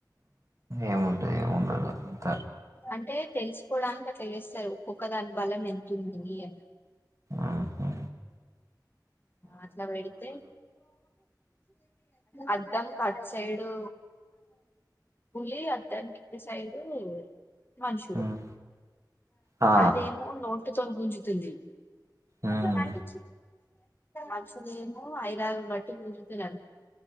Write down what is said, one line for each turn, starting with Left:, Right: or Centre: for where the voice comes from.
Right: ఏముంటది ఏముండదు అంత
Left: అంటే తెలుసుకోవడానికి అట్లా చేస్తారు ఒక్కొక్క దాని బలన ఎంతుంది అని
Right: ఆహ
Left: అట్లా పెడితే అద్దం కి అటు సైడు పులీ అద్దం కి ఇటు సైడు మనుషులు
Right: ఉమ్, ఆ
Left: అదేమో <unintelligible> గుంజుతుంది
Right: ఉమ్,
Left: అ వా <unintelligible> అమ్చునేమో ఐదారుగురు పట్టి గుంజుతున్నారు